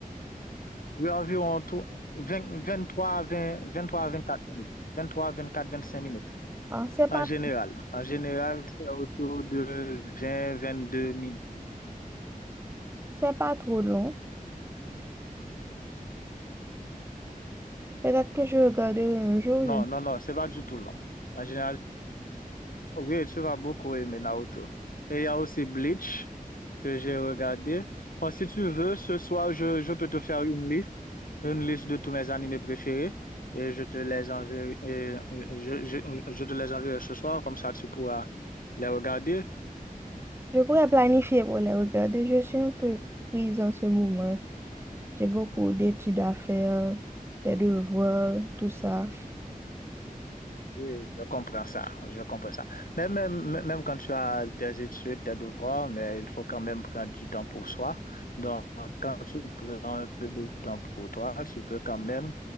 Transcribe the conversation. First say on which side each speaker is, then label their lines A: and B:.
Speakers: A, on the left; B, on the right.
A: Oui, environ tou- 20 23, 20, vingt quatre minutes. vingt vingt trois quatre vingt cinq minutes.
B: Ah, c'est pas,
A: En général. En général, c'est autour de vingt vingt deux minutes.
B: c'est pas trop long. Peut-être que je regarderai un jour.
A: Non,
B: Je,
A: non, non, c'est pas du tout long. En général, oui, tu vas beaucoup aimer Naruto. Et il y a aussi Bleach que j'ai regardé. Bon, si tu veux, ce soir, je, je peux te faire une liste, une liste de tous mes animés préférés. Et je te les enverrai, et je, je, je te les enverrai ce soir, comme ça tu pourras les regarder.
B: je pourrais planifier pour les regarder. Je suis un peu prise en ce moment. J'ai beaucoup d'études à faire, des devoirs, tout ça.
A: Oui, je comprends ça, je comprends ça. Mais même, même même quand tu as tes études, tes devoirs, mais il faut quand même prendre du temps pour soi. Donc, quand tu prends un peu de temps pour toi, tu peux quand même